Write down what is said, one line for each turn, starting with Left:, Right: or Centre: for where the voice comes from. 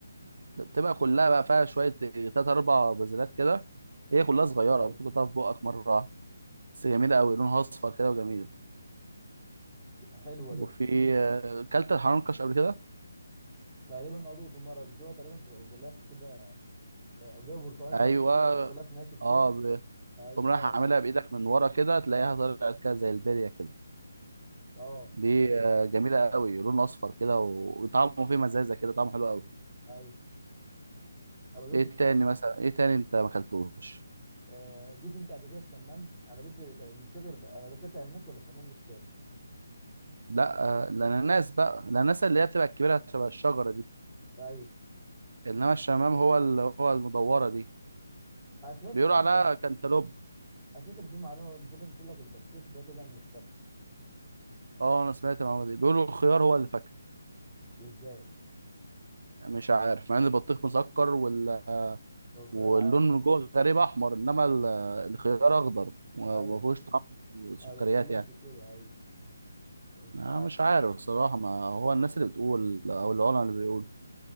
Right: بتبقى كلها بقى فيها شويه تلات اربع بذرات كده هي كلها صغيره
Centre: ايوه
Right: ممكن تحطها في بقك مره واحدة. بس جميله قوي لونها اصفر كده وجميله
Centre: حلوه
Right: وفي
Centre: ده
Right: آه، كلت الحنكش قبل كده
Centre: تقريبا عضو مرة مش هو تقريبا بيبقى غلاف كده آه، بيبقى برتقاني
Right: ايوه
Centre: تقريبا من جوه وغلاف ناشف كده
Right: اه ب-
Centre: ايوه
Right: تقوم رايح عاملها بايدك من ورا كده تلاقيها طلعت كده زي البليه كده
Centre: اه
Right: دي
Centre: ده جامد
Right: آه، جميله قوي لون اصفر كده و- وطعمه فيه مزازه كده طعمه حلو قوي
Centre: ايوه انا ما دوتش
Right: ايه
Centre: بقى
Right: تاني مثلا ايه تاني انت ما اكلتوش
Centre: آه، دوت انت قبل كده الشمام انا دوت مش فاكر انا دخلت على الناس ولا الشمام مش فاكر
Right: لا آه، الاناناس بقى الاناناس اللي هي بتبقى الكبيره شبه الشجره دي
Centre: ايوه
Right: انما الشمام هو اللي هو المدوره دي
Centre: انا سمعت
Right: بيقولوا
Centre: صحيح
Right: عليها كانتالوب
Centre: انا سمعت إن في معلومه ان في ناس بتقول لك البطيخ ده طلع مش فاكهه
Right: اه انا سمعت المعلومه دي بيقولوا الخيار هو اللي فاكهه
Centre: ازاي
Right: مش عارف
Centre: أنا-
Right: مع ان البطيخ مسكر وال...
Centre: لو الخيار
Right: واللون
Centre: عادي
Right: من جوه غريب احمر انما ال- الخيار اخضر وما
Centre: ايوه
Right: فيهوش طعم سكريات
Centre: ما بتكلم
Right: يعني
Centre: في كده ايوه مش
Right: انا
Centre: عارف
Right: مش عارف الصراحه ما هو الناس اللي بتقول او العلماء اللي بيقول